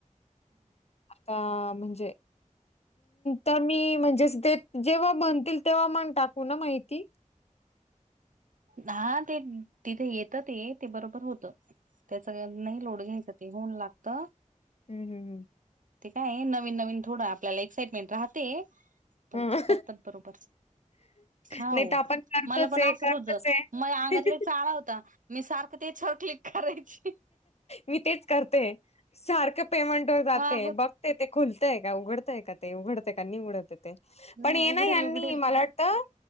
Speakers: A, on the left (about 50°); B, on the right (about 75°).
A: का म्हणते. तर मी म्हणजेच ते जेव्हा बनतील, तेव्हा मण टाकू ना माहिती.
B: हा ते तिथे येत ते, ते बरोबर होत. त्याच नाही लोड घ्यायचं, ते होऊन लागत.
A: हं- हं.
B: ते काय नवीन नवीन थोडं आपल्याला एक्साइटमेंट राहते. पण
A: हम्म.
B: ते करतात बरोबर. हाव
A: नाही तर आपण करतोच
B: मला पण
A: आहे
B: असत
A: करतोच
B: होत,
A: आहे.
B: माया अंगात लै चाळा होता. मी सारखं त्याच्यावर क्लिक करायची.
A: मी तेच करते, सारखं पेमेंट वर जाते.
B: हा हो
A: ते ते खुलतय का, उघडतय का ते, उघडते का, नाही उघडते ते.
B: नाही
A: पण ये
B: उघडेल
A: ना यांनी
B: उघडेल
A: मला वाटत ते